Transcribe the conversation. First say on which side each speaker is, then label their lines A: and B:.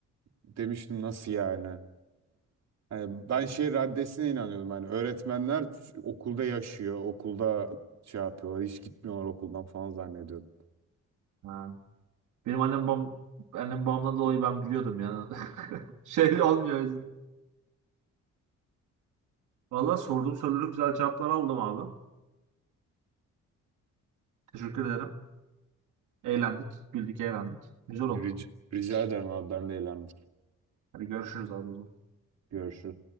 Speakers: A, on the right (about 60°); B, on the right (about 80°).
A: Demiştim nasıl yani? Hani ben şey raddesine inanıyordum. Hani öğretmenler ç- okulda yaşıyor, okulda şey yapıyorlar, hiç gitmiyorlar okuldan falan zannediyordum.
B: Ha. Benim annem babam annem babamdan dolayı ben biliyordum yani. <laughs> Şey olmuyor. o yüzden. Vallahi sorduğum soruları güzel cevaplar aldım abi. Teşekkür ederim. Eğlendik. Güldük eğlendik. Güzel oldu.
A: Rica, rica ederim abi ben de eğlendim.
B: Hadi görüşürüz abi o zaman.
A: Görüşürüz.